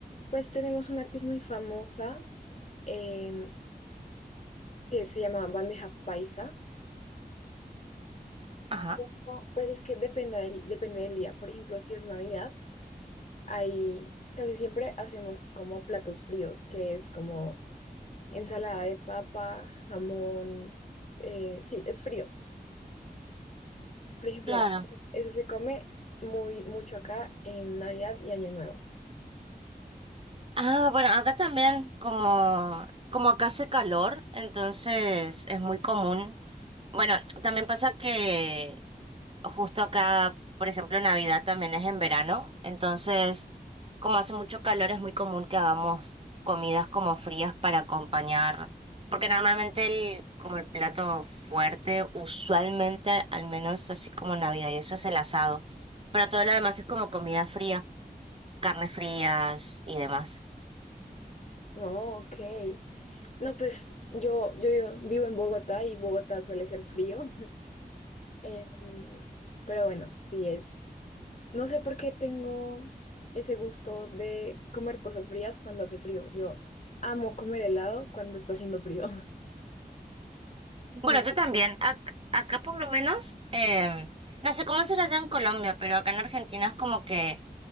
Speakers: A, on the left (about 50°); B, on the right (about 35°).
A: pues tenemos una que es muy famosa, em, que se llama bandeja paisa.
B: Ajá.
A: Ojo, Pues es que depende del, depende del día. Por ejemplo, si es Navidad, hay, casi siempre hacemos como platos fríos, que es como ensalada de papa, jamón, eh, sí, es frío. Por ejemplo,
B: Claro.
A: eso se come muy mucho acá en Navidad y Año Nuevo.
B: Ah, bueno, acá también como, como acá hace calor, entonces es muy común. Bueno, también pasa que justo acá, por ejemplo, Navidad también es en verano, entonces como hace mucho calor es muy común que hagamos comidas como frías para acompañar, porque normalmente el, como el plato fuerte, usualmente al menos así como Navidad y eso es el asado, pero todo lo demás es como comida fría, carnes frías y demás.
A: Oh, ok. No, pues yo, yo yo vivo en Bogotá y Bogotá suele ser frío. <laughs> Em, pero bueno, sí es. No sé por qué tengo ese gusto de comer cosas frías cuando hace frío. Yo amo comer helado cuando está haciendo frío. <laughs>
B: Bueno,
A: No
B: yo
A: sé.
B: también, ac- acá por lo menos, em, no sé cómo será allá en Colombia, pero acá en Argentina es como que...